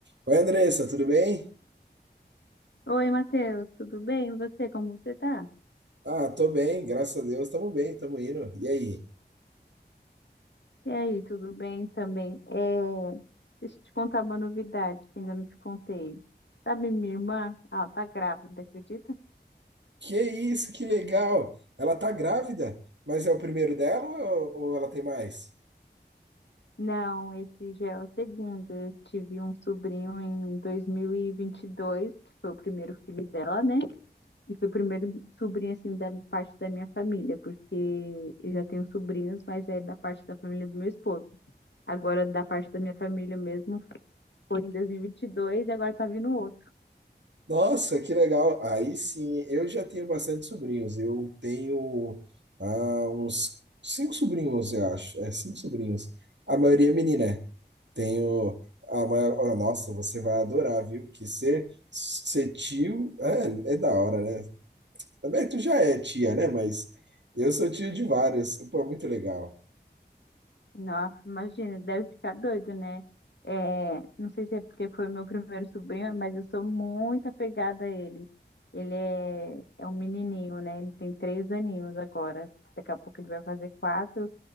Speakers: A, on the right; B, on the left.
A: Oi, Andressa, tudo bem?
B: Oi, Matheus, tudo bem? E você, como você tá?
A: Ah, tô bem, graças a Deus, tamo bem, tamo indo. E aí?
B: E aí, tudo bem também? É, deixa eu te contar uma novidade que ainda não te contei. Sabe, minha irmã, ela tá grávida, acredita?
A: Que isso, que legal! Ela tá grávida, mas é o primeiro dela ou, ou ela tem mais?
B: Não, esse já é o segundo. Eu tive um sobrinho em 2022, que foi o primeiro filho dela, né? E foi o primeiro sobrinho, assim, da parte da minha família, porque eu já tenho sobrinhos, mas é da parte da família do meu esposo. Agora, da parte da minha família mesmo, foi em 2022 e vinte e dois e agora tá vindo outro.
A: Nossa, que legal! Aí sim, eu já tenho bastante sobrinhos. Eu tenho ah, uns cinco sobrinhos, eu acho. É, cinco sobrinhos. A maioria é menina. né? Tenho a maior... oh, nossa, você vai adorar, viu? Que ser, ser tio é, é da hora, né? Também tu já é tia, né? Mas eu sou tio de vários. Pô, é muito legal.
B: Nossa, imagina, deve ficar doido, né? É, não sei se é porque foi meu primeiro sobrinho, mas eu sou muito apegada a ele. Ele é, é um menininho, né? Ele tem três aninhos agora. Daqui a pouco ele vai fazer quatro